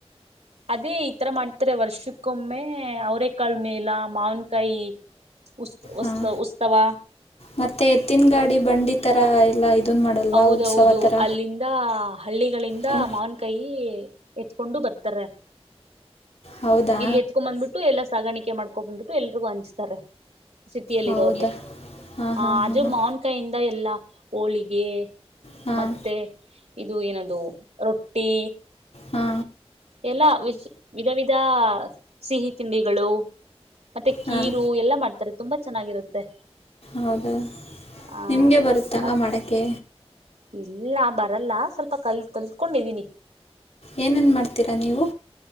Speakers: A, on the right; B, on the left.
A: ಅದೇ ಈಥರ ಮಾಡ್ತಾರೆ ವರ್ಷಕ್ಕೊಮ್ಮೆ ಅವರ ಕಾಳ ಮೇಲ ಮಾವನ್ಕಾಯಿ ಉಸ್ ಉಸ್ತ
B: ಹಾಂ
A: ಉತ್ಸವ
B: ಮತ್ತೆ ಎತ್ತಿನ ಗಾಡಿ ಬಂಡಿ ತರ ಎಲ್ಲ ಇದನ್ನ ಮಾಡಲ್ವಾ
A: ಹೌದೌದು
B: ಉತ್ಸವ ಥರ
A: ಅಲ್ಲಿಂದ ಹಳ್ಳಿಗಳಿಂದ
B: ಹ್ಞೂ
A: ಮಾವನ್ ಕಾಯಿ ಎತ್ಕೊಂಡು ಬರ್ತಾರೆ
B: ಹೌದಾ
A: ಇಲ್ಲಿ ಎತ್ಕೊಂಡ್ ಬಂದ್ಬಿಟ್ಟು ಎಲ್ಲ ಸಾಗಾಣಿಕೆ ಮಾಡ್ಕೊಂಡ್ ಬಂದ್ಬಿಟ್ಟು ಎಲ್ರಿಗೂ ಹಂಚ್ತಾರೆ ಸಿಿತಿಯಲ್ಲಿ
B: ಹೌದಾ
A: ಇರೋರ್ಗೆ
B: ಹಾಂ
A: ಹ
B: ಹಾಂ
A: ಅಜು
B: ಹಾಂ
A: ಮನ್ ಕೈಯಿಂದ ಎಲ್ಲ ಹೋಳಿಗೆ
B: ಹಾಂ
A: ಮತ್ತೆ ಇದು ಏನದು ರೊಟ್ಟಿ
B: ಹಾ
A: ಎಲ್ಲಾ ವಿಧ ವಿಧ ಸಿಹಿ ತಿಂಡಿಗಳು ಮತ್ತೆ
B: ಹಾಂ
A: ಕೀರು ಎಲ್ಲಾ ಮಾಡ್ತಾರೆ ತುಂಬಾ ಚೆನ್ನಾಗಿರುತ್ತೆ
B: ಹೌದಾ
A: ಆ
B: ನಿಮ್ಗೆ ಬರುತ್ತ
A: ಬಟ್
B: ಮಾಡಕೆ
A: ಇಲ್ಲ ಬರಲ್ಲ ಸ್ವಲ್ಪ ಕಲ್ತ್ ಕಲ್ತ್ಕೊಂಡಿದೀನಿ
B: ಏನೇನ್ ಮಾಡ್ತೀರಾ ನೀವು